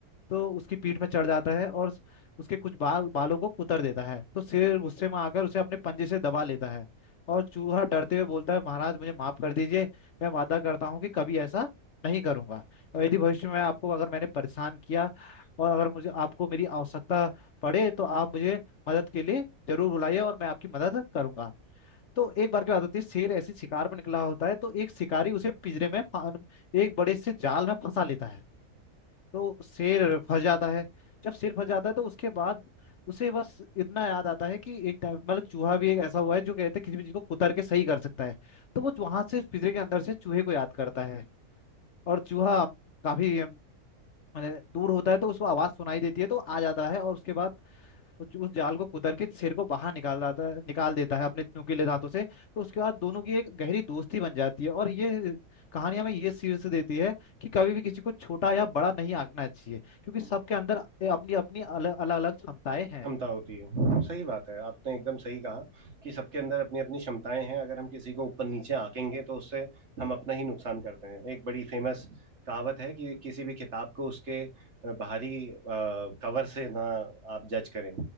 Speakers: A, on the left (about 60°); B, on the right (about 50°).
A: तो उसकी पीठ में चढ़ जाता है और उसके कुछ बाल बालों को कुतर देता है तो शेर गुस्से में आकर उसे अपने पंजे से दबा लेता है और चूहा डरते हुए बोलता है महाराज मुझे माफ कर दीजिए मैं वादा करता हूँ कि कभी ऐसा नहीं करूंगा और यदि भविष्य में आपको अगर मैंने परेशान किया और अगर मुझे आपको मेरी आवश्यकता पड़े तो आप मुझे मदद के लिए जरूर बुलाइए और मैं आपकी मदद करूंगा तो एक बार की बात होती है शेर ऐसी शिकार पर निकला होता है तो एक शिकारी उसे पिंजरे में फा- एक बड़े से जाल में फंसा लेता है तो शेर फंस जाता है जब शेर फंस जाता है तो उसके बाद उसे बस इतना याद आता है कि एक टाइम मतलब चूहा भी एक ऐसा हुआ है जो कहते हैं किसी भी चीज को कुतर के सही कर सकता है तो वो वहां से पिंजरे के अंदर से चूहे को याद करता है और चूहा काफी अम, मतलब दूर होता है तो उसको आवाज सुनाई देती है तो आ जाता है और उसके बाद उस उस जाल को कुतर के सिर को बाहर निकाल देता है निकाल देता है अपने नुकीले दांतों से तो उसके बाद दोनों की एक गहरी दोस्ती बन जाती है और ये कहानी हमें ये शीर्ष देती है कि कभी भी किसी को छोटा या बड़ा नहीं आंकना चाहिए क्योंकि
B: हम्म।
A: सबके अंदर ए- अपनी अपनी अलग अलग अलग क्षमताएं हैं
B: क्षमता होती है सही बात है आपने एकदम सही कहा कि सबके अंदर अपनी अपनी क्षमताएं हैं अगर हम किसी को ऊपर नीचे आंकेंगे तो उससे हम अपना ही नुकसान करते हैं एक बड़ी फेमस कहावत है कि किसी भी किताब को उसके अ, बाहरी कवर से ना आप जज करें